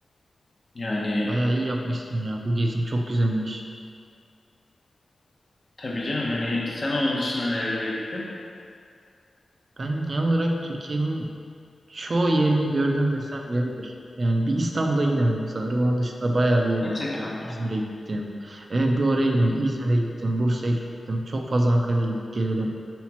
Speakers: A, on the left; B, on the right.
A: Yani
B: Bayağı iyi yapmışsın ya. Bu gezin çok güzelmiş.
A: tabii canım hani sen onun dışında nerelere gittin?
B: Ben genel olarak Türkiye'nin çoğu yerini gördüm desem yeridir. Yani bir İstanbul'a gidemedim sanırım. Onun dışında bayağı bir yere
A: Gerçekten.
B: gittim. İzmir'e gittim. Evet, bir oraya gittim. İzmir'e gittim. Bursa'ya gittim. Çok fazla Ankara'ya gidip gelirim.